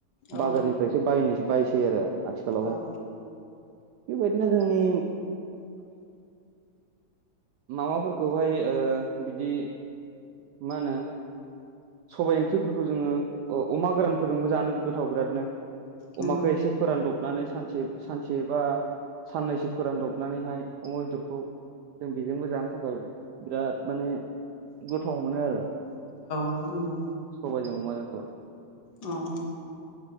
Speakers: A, on the left; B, on the right.
A: औ
B: बाजारनि फ्रायसो बायनो बायसै आरो आथिखालावहाय।
A: औ
B: बेबायदिनो जोंनि माबाफोरखौहाय ओ बिदि मा होनो सबाइ ओंख्रिफोरखौ जोङो अमा गोरानफोरजोंबो जानो गोथाव बिरादनो।
A: नंगौ
B: अमाखौ एसे फोरानदबनानै सानसे सानसे बा साननैसो फोरानदबनानैहाय अमा बेदरखौ जों बेजोंबो जानो थाखाय बिराद माने गोथाव मोनो आरो
A: उम नंगौ।
B: सबाइजों अमाजोंखौ।
A: अह!